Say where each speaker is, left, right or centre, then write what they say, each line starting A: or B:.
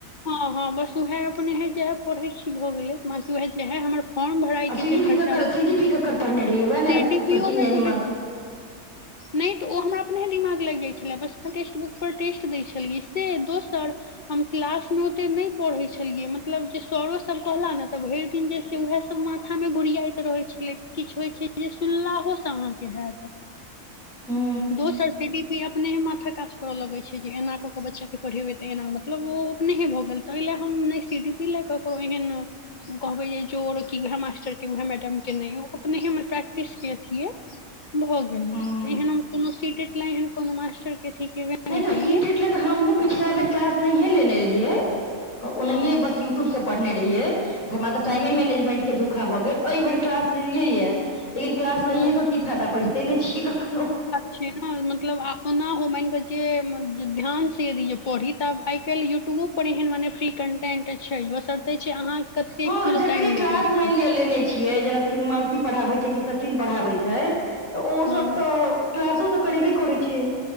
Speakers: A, on the left (about 45°); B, on the left (about 70°).
A: हँ हँ बस उएहे अपने हे जहे पढ़े छी भ गेले म उएहे जहे हमर फॉर्म भराइ
B: आ
A: के
B: सी
A: जे
B: डी
A: खर्चा
B: पी ककर
A: बरचा
B: सी डी पी ककर पढ़ने रहियै वएह
A: से
B: ने
A: डीपी‌
B: सचिन या
A: मे
B: हिमांश
A: बे नहि तऽ ओ हमरा अपने हे दिमाग लागि जाइत छलै बस टेक्स्ट बुक पर टेस्ट दै छलियै से दोसर हम क्लासमे ओतेक नहि पढ़ैत छलियै मतलब जे सरोसभ कहला ने तऽ भरि दिन जे उएह सब माथा में गुड़ियाइत रहे छलै किछु होइ छैय जे सुनला होसे आहाँके हैत
B: हूं
A: दोसर जे <unintelligible> अपनेहे माथा काज करऽ लगै छैय जे एना क केऽ बच्चा के पढ़ेबै तऽ एना मतलब ओ अपनेहे भऽ गेल। तहि ले हम नहि सि डी पी ले ककरो एहन कहबै जे की उहै मासटर के उहै मैडम के नहि अपने हमर प्रैक्टिस के अथी य भऽ गेलै
B: हूं
A: त एहन हम कोनो सीटेट ल एहन कोनो मास्टर के केबे
B: नहि तऽ
A: केलियै
B: सीटेट ले तऽ हमहुँ पिछला बेर क्लास नहि लेने रहियै
A: हँ
B: ओनाहीए बस यू टूब से पढ़ने रहिय त हमरा तऽ
A: हँ
B: टाइमे मैनेजमेंट के धोखा भ गेल। एहि बेर क्लास लेलियै
A: हँ
B: या लेकिन क्लास लैए
A: हँ
B: कऽ की फायदा पढ़िते नहि छियै कखनो।
A: छैय ने मतलब अपना मानिके छिय ध्यान से य पढ़ी तऽ आब आइ काल्हि यूट्यूबो पर एहन मने फ्री कन्टेंट छैय बशर्ते छैय अहाँ कते
B: ह
A: खुद
B: त जकरे
A: टाइम
B: क्लाास
A: लगेबै
B: मानि लिय लेने छियै जेना की हिमानंशी पढ़ाबै छैय कि सचिन पढ़ाबै छैय तऽ ओ
A: हँ
B: सब तऽ क्लासो तऽ करेबे करय छैय।